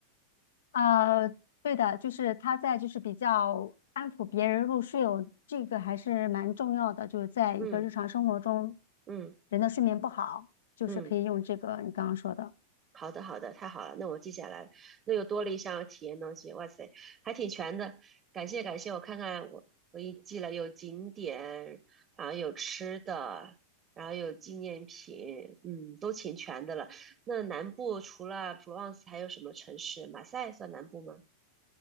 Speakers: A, on the left (about 60°); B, on the right (about 25°).
A: 呃，对的，就是它在就是比较安抚别人入睡哦，这个还是蛮重要的，就是在一个日常生活中，
B: 嗯嗯
A: 人的睡眠不好，就是可以用这个你刚刚说的。
B: 嗯。好的，好的，太好了，那我记下来了。那又多了一项体验东西，哇塞，还挺全的。感谢感谢，我看看我我一记了，有景点，然后有吃的，然后有纪念品，嗯，都挺全的了。那南部除了普罗旺斯还有什么城市？马赛算南部吗？